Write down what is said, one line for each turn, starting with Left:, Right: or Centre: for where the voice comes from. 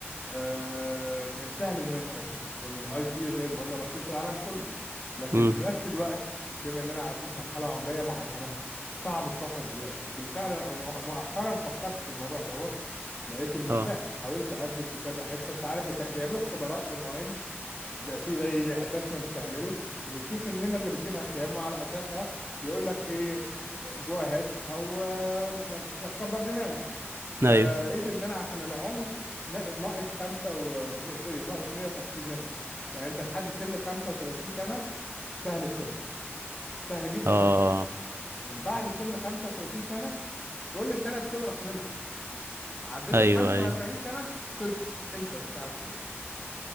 Left: آه، كان سهل ان انا اسافر لان الاي تي زي ما قلنا مطلوب في العالم كله لكن
Right: امم
Left: في نفس الوقت بما ان انا عديت مرحله عمريه معينه صعب السفر دلوقتي بالفعل انا مؤ- مؤخرا فكرت في الموضوع دوت لقيت انه ما
Right: اه
Left: ينفعش حاولت اقدم في كذا حته انت عارف بتاع- بيعملوا اختبارات اونلاين بيبقى في زي اسسمنت بتعمله وبتشوف النمر اللي بتجيبها كام وعلى اساسها بيقول لك ايه جو اهيد او آم، آه، كبر دماغك
Right: أيوه
Left: فلقيت ان انا عشان العمر نا- ناقص خمسة و م- سوري ناقص 150 نمرة يعني انت لحد سن 35 سنة سهل تسافر سهل جدا
Right: اه
Left: تسافر من بعد سن 35 سنة كل سنة بتنقص نمر عديت
Right: أيوه
Left: ال 45
Right: أيوه
Left: سنة خلصت انسى انك تعرف تسافر